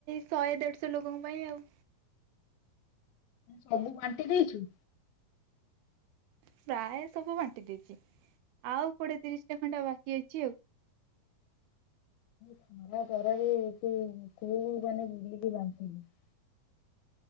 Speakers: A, on the right (about 80°); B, on the left (about 75°).
A: ଶହେ ଦେଢ଼ଶହ ଲୋକଙ୍କ ପାଇଁ ଆଉ।
B: ସବୁ ବାଣ୍ଟି ଦେଇଛୁ?
A: ପ୍ରାୟ ସବୁ ବାଣ୍ଟି ଦେଇଛି ଆଉ କୋଡିଏ ତିରିଶଟା ଖଣ୍ଡେ ବାକି ଅଛି ଆଉ।
B: <unintelligible>